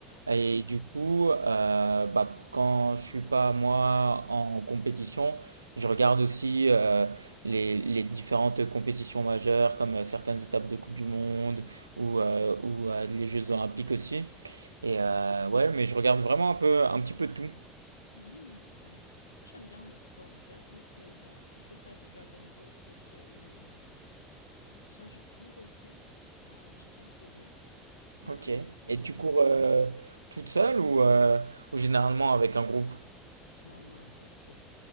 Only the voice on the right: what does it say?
Et
du coup, euh, bah, quand je suis pas moi en compétition, je regarde aussi euh, les, les différentes compétitions majeures, comme euh, certaines étapes de Coupe du Monde ou, euh, ou euh, les Jeux Olympiques aussi. Et euh,
ouais, mais je regarde vraiment un peu, un petit peu tout.
Ok.
Et tu
cours euh, toute seule ou, euh, ou généralement avec un groupe?